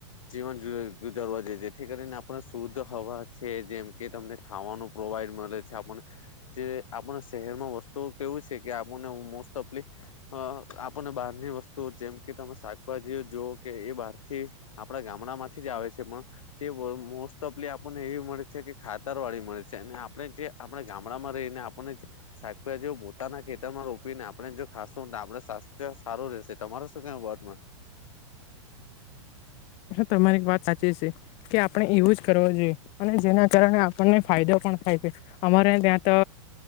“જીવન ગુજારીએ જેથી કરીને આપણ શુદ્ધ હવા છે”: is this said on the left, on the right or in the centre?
Left